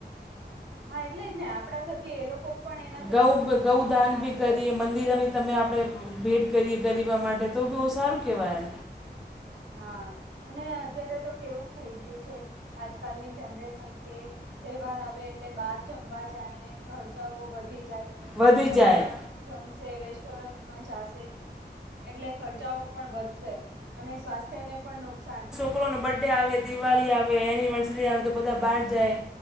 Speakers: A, on the right; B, in the centre.
A: હા એટલે જ ને આપડા થકી એ લોકો પણ એના
B: ગૌ
A: તહેવાર ખુશીથી
B: ગૌદાન
A: મનાવી
B: ભી કરીએ
A: શકે
B: મંદિર એ મી તમે આપણે ભેટ કરીએ ગરીબા માટે તો બહુ સારું કહેવાય
A: હા અને અત્યારે તો કેવું થઈ ગયું છે આજકાલની જનરેશન કે તહેવાર આવે એટલે બહાર જમવા જાય ને ખર્ચાઓ વધી જાય
B: વધી
A: હોટેલમાં
B: જાય
A: જમશે રેસ્ટોરન્ટમાં જાશે એટલે ખર્ચાઓ પણ વધશે અને સ્વાસ્થ્યને પણ નુકસાન
B: લો બર્ડે આવે દિવાળી આવે એનિવર્સરી આવે તો બધા બહાર જાય